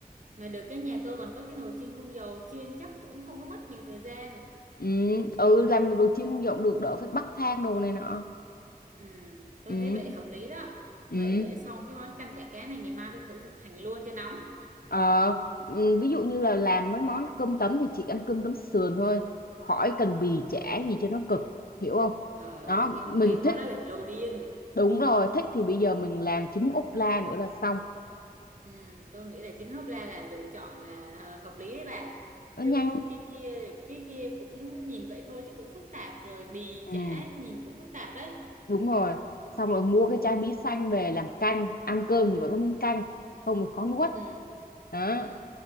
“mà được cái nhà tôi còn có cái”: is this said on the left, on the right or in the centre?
Right